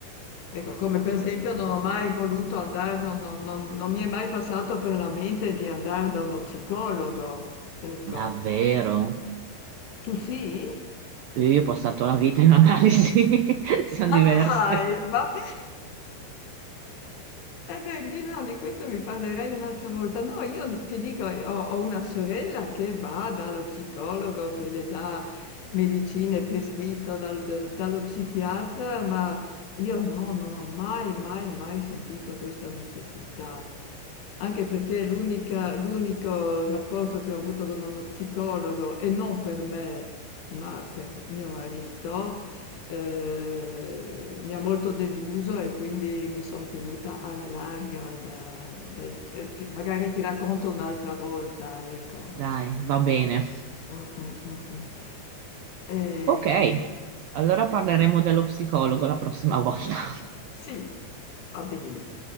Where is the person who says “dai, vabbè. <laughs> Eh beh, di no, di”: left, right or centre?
Left